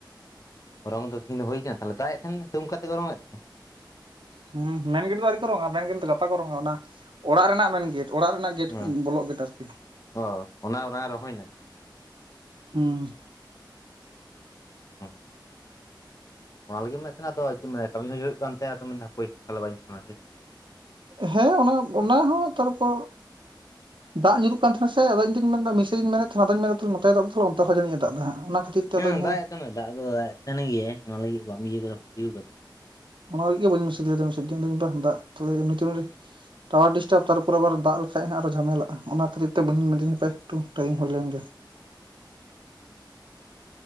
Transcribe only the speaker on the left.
ᱨᱚᱝ ᱫᱚ ᱛᱤᱦᱤᱧ ᱦᱩᱭ ᱠᱟᱱᱟ ᱛᱟᱦᱚᱞᱮ ᱫᱟᱜ ᱮᱫ ᱛᱟᱦᱮᱱᱟ ᱛᱩᱵ ᱚᱱᱠᱟ ᱠᱟᱛᱮ ᱜᱮ ᱨᱚᱝ ᱮᱫ ᱛᱟᱦᱮᱱᱟ
ᱦᱮᱸ
ᱚ ᱚᱱᱟ ᱚᱱᱟ ᱨᱚᱦᱚᱭᱱᱟ
<unintelligible> ᱚᱱᱟ ᱞᱟᱹᱜᱤᱫ ᱢᱮᱱᱮᱫ ᱛᱟᱦᱮᱱᱟ ᱟᱫᱚ ᱪᱮᱢ ᱢᱮᱱᱟ ᱠᱟᱹᱢᱤ ᱦᱚᱸ ᱦᱩᱭᱩᱜ ᱠᱟᱱ ᱛᱟᱭᱟ ᱟᱫᱚ ᱢᱮᱱ ᱦᱟᱯᱩᱭ ᱛᱟᱞᱮ ᱵᱟᱹᱧ ᱯᱷᱳᱱᱟ ᱥᱮᱪᱮᱫ
<inaudible>
ᱦᱮᱸ
ᱫᱟᱜ ᱮ ᱛᱟᱦᱮᱱᱟ ᱫᱟᱜ ᱫᱚ ᱫᱟᱜ ᱮ ᱛᱟᱦᱮᱱ ᱜᱮ ᱚᱱᱟ ᱞᱟᱹᱜᱤᱫ ᱵᱟᱢ ᱤᱭᱟᱹ ᱟᱠᱟᱫᱟ ᱵᱷᱟᱜᱤ ᱟᱠᱟᱫᱟ